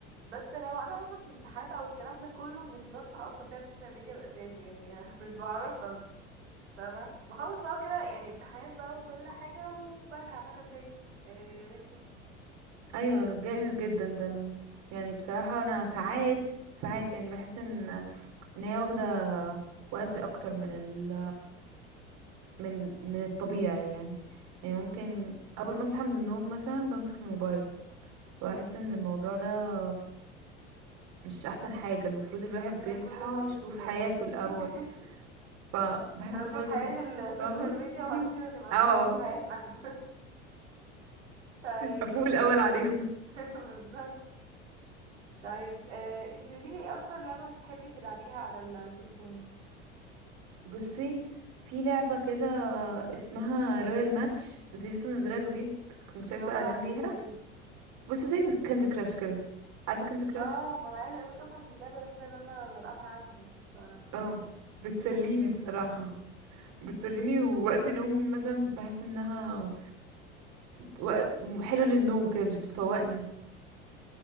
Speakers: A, on the right; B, on the right.
A: بس لو انا مثلا في امتحانات او الكلام ده كله مش بفتح اصلا فيها السوشيال ميديا من الاساس يعني <laughs> مش بعرفها مش فاهمه بخلص بقى كده يعني امتحانات بقى وكل حاجه وبرجع مثلا تاني إيه وانتي
B: ايوه ده جامد جدا ده الم... يعني بصراحة انا ساعات ساعات يعني بحس ان ان هي واخدة وقت اكتر من ال... من من الطبيعي يعني يعني
A: مم.
B: ممكن اول ما اصحى من النوم مثلا بمسك الموبايل واحس ان الموضوع ده مش احسن حاجة المفروض الواحد بيصحى
A: احنا كلنا بنعمل
B: يشوف
A: كده
B: حياته الاول
A: <laughs>
B: فبحس
A: احنا نشوف
B: برضه
A: حياة
B: إن-
A: السوشيال
B: فاهمة
A: ميديا
B: <laughs>
A: وبعد كده نبقى
B: اه
A: نقوم نشوف حياتنا احنا <laughs> طيب
B: افوق الاول عليهم
A: <laughs> بالظبط طيب آه انتي قوليلي ايه اكتر لعبة بتحبي تلعبيها على التليفون
B: بصي في لعبة كده اسمها رويال ماتش دي لسه منزلها جديد كنت
A: دي
B: شايفة
A: عبارة
B: اعلان
A: عن
B: ليها
A: ايه طيب
B: بصي زي كاندي كراش كده عارفة كاندي كراش
A: اه ما انا عايزه اقولك اصلا دي اللعبه الوحيده اللي انا بلعبها عندي ف
B: اه بتسليني
A: كويسه جدا
B: بصراحة بتسليني ووقت نومي مثلا بحس انها وق- حلوة للنوم كده مش بتفوقني